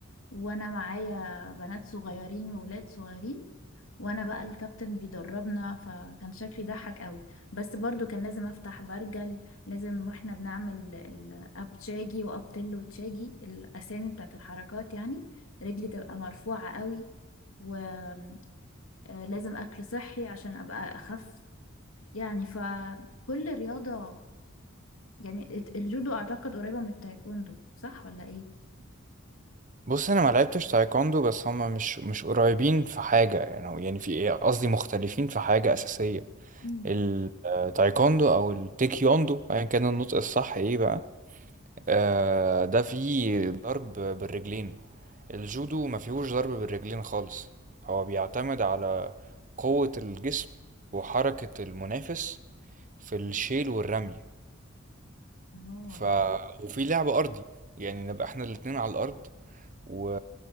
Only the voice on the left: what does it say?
وانا معايا بنات صغيرين وولاد صغيرين وانا بقى الكابتن بيدربنا فكان شكلي ضحك قوي بس برضو كان لازم افتح برجل لازم واحنا بنعمل الاب تشاجي واب تل وتشاجي الاسامي بتاعت الحركات يعني رجلي تبقى مرفوعة قوي ولازم اكل صحي عشان ابقى اخف يعني فكل رياضة يعني الجودو اعتقد قريبة من التايكوندو صح ولا ايه
مم.
اه